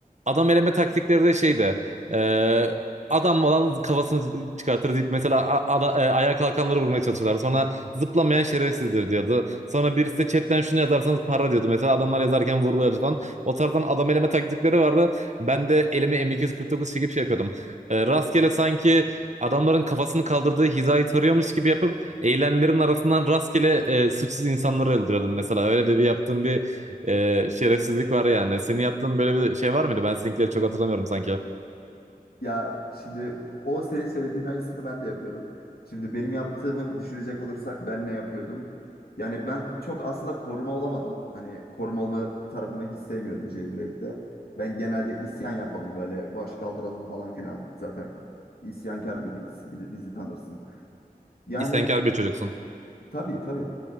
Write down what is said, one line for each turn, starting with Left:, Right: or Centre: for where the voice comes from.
Right: Adam eleme taktikleri de şeydi. e, adam olan kafasını çıkartır deyip mesela a- ada- e, ayağa kalkanları vurmaya çalışıyorlar. Sonra zıplamayan şerefsizdir diyordu. Sonra birisi de chatten şunu yazarsanız para diyordu. Mesela adamlar yazarken vuruluyordu falan. O tarzdan adam eleme taktikleri vardı. Ben de elime M249 çekip şey yapıyordum. E, rastgele sanki adamların kafasını kaldırdığı hizayı tarıyormuş gibi yapıp Eğilenlerin arasından rastgele e, suçsuz insanları öldürüyordum mesela. Öyle de bir yaptığım bir e, şerefsizlik var yani. Senin yaptığın böyle bir şey var mıydı? Ben seninkileri çok hatırlamıyorum sanki.
Left: Ya şimdi o senin söylediğin aynısını ben de yapıyordum. Şimdi benim yaptığımı düşünecek olursak ben ne yapıyordum? Yani ben çok aslında koruma olamadım. Hani koruma olma tarafını hiç sevmiyordum Jailbreak'te. Ben genelde isyan yapalım böyle baş kaldıralım falan filan. Zaten isyankar biriyiz. Bizi, bizi tanırsın. Yani
Right: İsyankar bir çocuksun.
Left: tabii tabii.